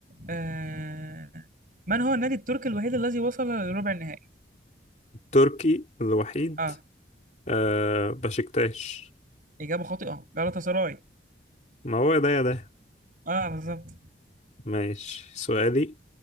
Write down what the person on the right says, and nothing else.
آه من هو النادي التركي الوحيد الذي وصل لربع النهائي؟
اه
إجابة خاطئة جالاتا سراي
اه بالظبط